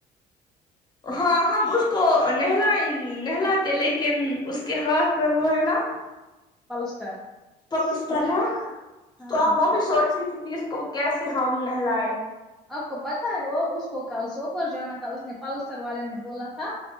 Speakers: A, on the left; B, in the centre.
A: ہاں ہم اس کو نہلا یں نہلاتے لیکن اس کے ہاتھ پر وہ ہے نا
B: پلسٹر
A: پلسٹر ہے
B: ہاں
A: تو اب میں بھی سوچ رہی تھی کہ اس کو کیسے ہم نہلائیں
B: آپ کو پتہ ہے وہ اس کو کل سوپور جانا تھا اس نے پلسٹر والے نے بولا تھا